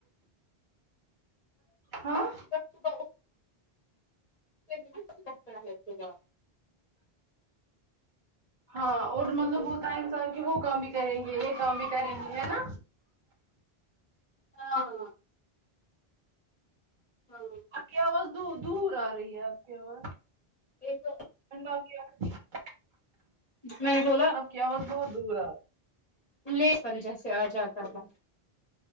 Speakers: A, on the right; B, on the left.
A: ہاں
B: <unintelligible> <unintelligible>
A: ہاں اور مطلب ہوتا ہے انسان کی وہ کام بھی کریں گے یہ کام بھی کریں گے ہے نا
B: ہاں <unintelligible>
A: آپ کی آواز دوں دور آ رہی ہے آپ کی آواز
B: دیکھو
A: <unintelligible>
B: میں نے بولا
A: آپ کی اواز بہت دور ہے
B: نہیں پر ادھر سے آجاتا تھا